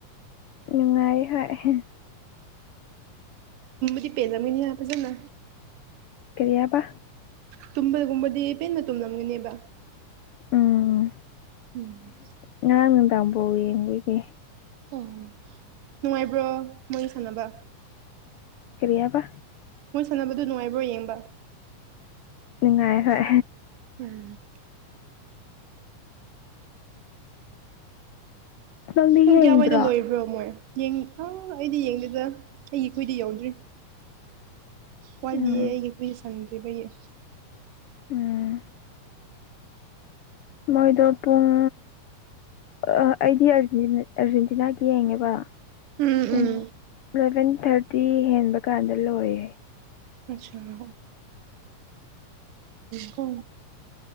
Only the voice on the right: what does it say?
ꯗꯤ ꯄꯦꯖꯃꯤꯅꯤ ꯍꯥꯄꯖꯅ
ꯇꯨꯝꯕꯒꯨꯝꯕꯗꯤ ꯄꯦꯟꯅ ꯇꯨꯝꯂꯝꯒꯅꯦꯕ
ꯎꯝ
ꯑꯣ ꯅꯨꯡꯉꯥꯏꯕ꯭ꯔꯣ ꯃꯣꯏ ꯁꯥꯟꯅꯕ
ꯃꯣꯏ ꯁꯥꯟꯅꯕꯗꯨ ꯅꯨꯡꯉꯥꯏꯕ꯭ꯔꯣ ꯌꯦꯡꯕ
ꯎꯝ
ꯄꯨꯡ
ꯀꯌꯥꯋꯥꯏꯗ ꯂꯣꯏꯕ꯭ꯔꯣ ꯃꯣꯏ ꯑꯥ ꯑꯩꯗꯤ ꯌꯦꯡꯗꯦꯗ ꯑꯩꯒꯤꯈꯣꯏꯗꯤ ꯌꯧꯗ꯭ꯔꯤ ꯋꯥꯠꯂꯤꯌꯦ
ꯑꯩꯒꯤ ꯐꯤ ꯁꯪꯗ꯭ꯔꯤꯕꯩꯌꯦ
ꯎꯝ
ꯎꯝ
ꯑꯆꯥꯥ ꯀꯣ